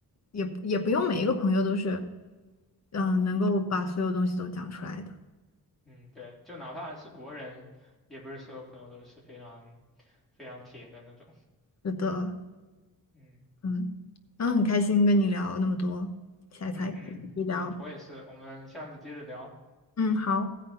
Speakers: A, on the left; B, in the centre.
A: 也也不用每一个朋友都是，嗯、能够把所有东西都讲出来的。
B: 嗯对，就哪怕是国人，也不是所有朋友都是非常非常铁的那种。
A: 是的，
B: 嗯
A: 嗯，然后很开心跟你聊那么多，下一次还可以继续聊。
B: 嗯嗯嗯，我也是，我们下次接着聊。
A: 嗯，好。